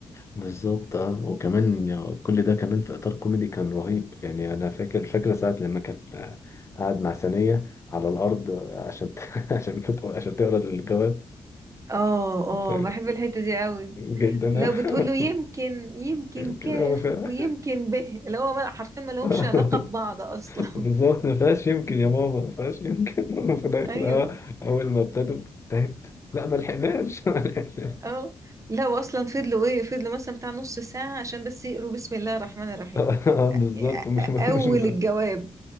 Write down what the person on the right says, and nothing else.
اه اه
بحب الحتة دي قوي
لو بتقول
له يمكن يمكن
كاف
ويمكن به اللي هو ما- حرفيا ما لهمش
علاقة ببعض أصلا
<laughs> أيوه
اه لا واصلا فضلوا ايه فضلوا مثلا بتاع نص ساعة عشان بس يقروا بسم الله الرحمن الرحيم
اول
الجواب